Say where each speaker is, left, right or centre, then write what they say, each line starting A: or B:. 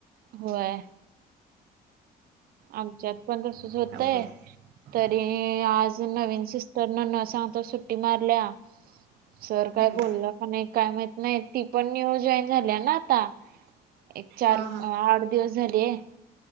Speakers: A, on the right; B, on the right.
A: होय आमच्यात पणसच होतय
B: अवघड आहे
A: तर आणि आज नवीन सिस्टर न न सांगता सुट्टी मारल्या सर काय
B: हम्म
A: बोललं प नाही काय माहत नाही ती पण न्यू जॉईन झाली ना आता एक चार
B: हा हा
A: आठ दिवस झालीय